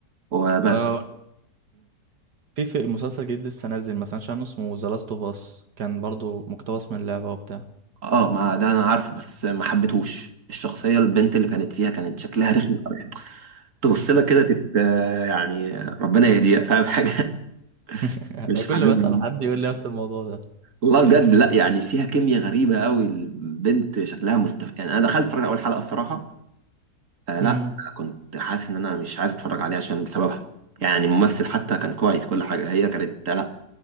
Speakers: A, on the right; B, on the right.
A: وبس
B: آه، في في مسلسل جديد لسه نازل ما سمعتش عنه اسمه ذا لاست اوف اس كان برضو مقتبس من لعبه وبتاع
A: اه ما ده انا عارفه بس ما حبيتهوش الشخصيه البنت اللي كانت فيها كانت شكلها رخم قوي تبص لها كده تت آه، يعني آه، ربنا يهديها فاهم حاجه
B: <laughs>
A: <laughs>
B: انا
A: مش
B: كل
A: حاببها
B: ما اسال حد يقول لي نفس الموضوع ده
A: والله بجد لا يعني فيها كيمياء غريبه قوي البنت شكلها مستف يعني انا دخلت اتفرجت على اول حلقه الصراحه آه لا
B: امم
A: كنت حاسس ان انا مش عايز اتفرج عليها عشان بسببها يعني الممثل حتى كان كويس كل حاجه هي كانت آه، لا